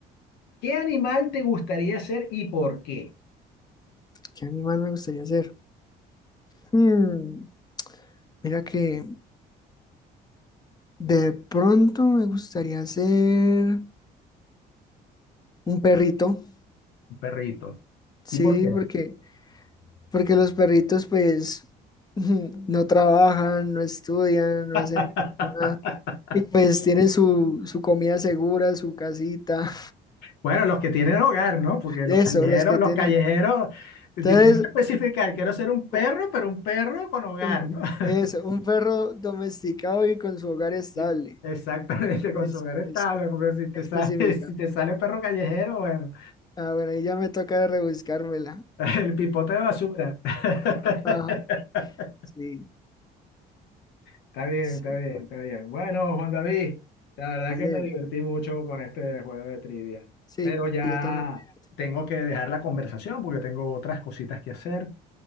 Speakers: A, on the left (about 85°); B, on the left (about 25°).
A: ¿Qué animal te gustaría ser y por qué?
B: ¿Qué animal me gustaría ser? Hmm, mira que de pronto me gustaría ser un perrito.
A: Un perrito.
B: Sí,
A: ¿Y por qué?
B: porque, porque los perritos pues <laughs> no trabajan, no estudian, no
A: <laughs>
B: hacen nada. Y pues tienen su, su comida segura, su casita,
A: Bueno, los que tienen hogar, ¿no?
B: <laughs>
A: Porque los
B: eso,
A: callejeros,
B: los que
A: los
B: tienen.
A: callejeros, te-
B: Entonces,
A: te tienes que especificar, quiero ser un perro,
B: u-
A: pero un perro con hogar,
B: un,
A: ¿no? <laughs>
B: eso, un perro domesticado y con su hogar estable.
A: Sí. Exactamente,
B: Eso,
A: con su hogar estable,
B: es
A: porque si
B: específica.
A: te sale, <laughs> si te sale perro callejero, bueno,
B: Ah, bueno, ahí ya me toca rebuscármela.
A: <laughs> el pipote de basura. <laughs>
B: Ajá, sí,
A: Está bien,
B: sí,
A: está bien, está bien. Bueno, Juan David, la verdad
B: vale.
A: que me divertí mucho con este juego de trivia,
B: Sí,
A: pero ya
B: yo también. voy a-
A: tengo que dejar la conversación porque tengo otras cositas que hacer,